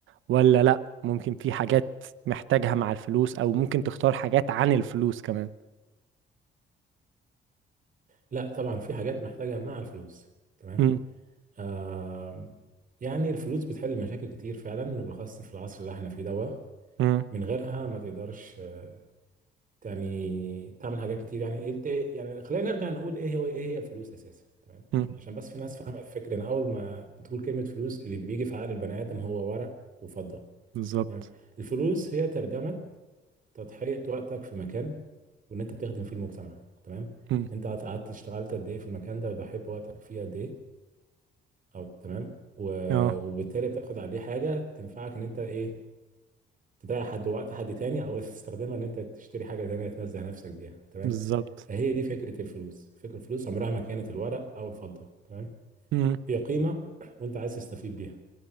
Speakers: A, on the right; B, on the right.
A: ولا لا ممكن في حاجات محتاجها مع الفلوس او ممكن تختار حاجات عن الفلوس كمان
B: لا طبعا في حاجات محتاجة مع الفلوس تمام
A: مم.
B: آم، يعني الفلوس بتحل مشاكل كتير فعلا وبالخاص في العصر اللي احنا فيه ده
A: مم.
B: من غيرها ما تقدرش آه، يعني تعمل حاجات كتير يعني انت يعني خلينا نرجع نقول ايه هو ايه هي الفلوس اساسا تمام
A: مم.
B: عشان بس في ناس فاهمة الفكرة ان اول ما بتقول كلمة فلوس اللي بيجي في عقل البني ادم هو ورق وفضة
A: بالظبط
B: تمام الفلوس هي ترجمة تضحية وقتك في مكان وان انت بتخدم فيه المجتمع تمام
A: مم.
B: انت قعدت اشتغلت قد ايه في المكان ده وضحيت بوقتك فيه قد ايه أو تمام و-
A: اه
B: وبالتالي بتاخد عليه حاجة تنفعك إن أنت إيه تضيع حد وقت حد تاني أو تستخدمها إن أنت تشتري حاجة تانية تنزه نفسك بيها تمام
A: بالظبط
B: فهي دي فكرة الفلوس فكرة الفلوس عمرها ما كانت الورق أو الفضة تمام
A: مم.
B: هي قيمة وأنت عايز تستفيد بيها